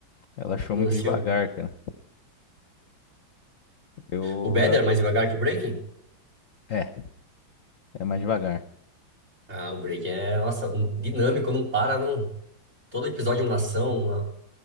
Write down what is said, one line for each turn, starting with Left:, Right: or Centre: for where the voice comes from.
Left: Ela achou
Right: Não
Left: muito
Right: assistiu.
Left: devagar, cara. Eu,
Right: O Better
Left: eu-
Right: é mais devagar que o Breaking?
Left: é, é mais devagar.
Right: Ah, o Breaking é, nossa, um- dinâmico, não para, não. Todo episódio é uma ação, uma,